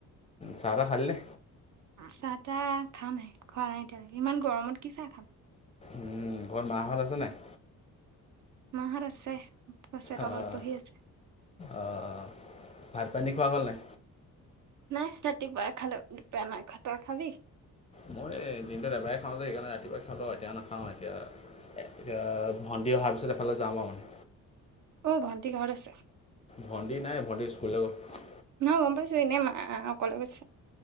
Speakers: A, on the left; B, on the right.
A: চাতাহ খালিনে?
B: চাহ তাহ খামহে খোৱা নাই এতিয়ালৈকে ইমান গৰমত কি চাহ খাম।
A: উম ঘৰত মাহঁত আছে নাই?
B: মাহত আছে আছে চোতালত
A: অ',
B: বহি আছে।
A: অ', ভাত পানী খোৱা হল নাই?
B: নাই ৰাতিপুৱাও খালোঁ, দুপৰীয়া মা খোৱা নাই, তই খালি?
A: মই এ দিনটোত এবাৰেই খাওঁ যে সেইকাৰণে ৰাতিপুৱাই খাওঁ লওঁ এতিয়া নাখাওঁ এতিয়া ৰু এতিয়া ভণ্টি অহাৰ পিছত এফালে যামা মানে
B: অ, ভণ্টি ঘৰত আছে।
A: ভণ্টি নাই ভণ্টিৰ স্কুলৰত
B: নহ গম পাইছো এনে মা অকলে গৈছে।